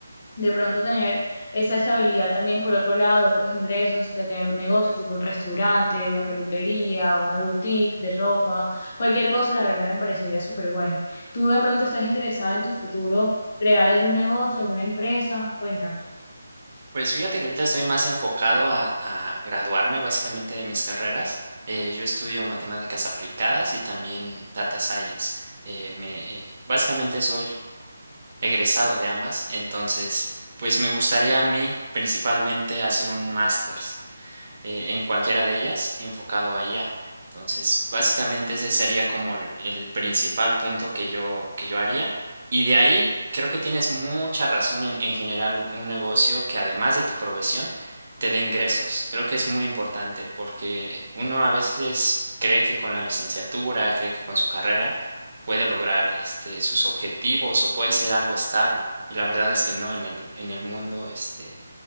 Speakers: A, on the left; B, on the right.
A: de pronto tener esa estabilidad también por otro lado, otros ingresos, de tener un negocio tipo un restaurante, una peluquería, una boutique de ropa, cualquier cosa, la verdad me parecería súper bueno. ¿Tú de pronto estás interesada en tu futuro crear algún negocio, alguna empresa? Cuéntame.
B: Pues fíjate que ahorita estoy más enfocado a, a graduarme básicamente de mis carreras. Eh, yo estudio matemáticas aplicadas y también data science. Eh, me, eh, básicamente soy egresado de ambas, entonces pues me gustaría a mí principalmente hacer un máster eh, en cualquiera de ellas enfocado allá. Entonces, básicamente ese sería como el, el principal punto que yo, que yo haría. Y de ahí, creo que tienes mucha razón en, en generar un un negocio que además de tu profesión, te dé ingresos. Creo que es muy importante porque uno a veces cree que con la licenciatura, cree que con su carrera puede lograr este, sus objetivos o puede ser algo estable. Y la verdad es que no, en el, en el mundo, este,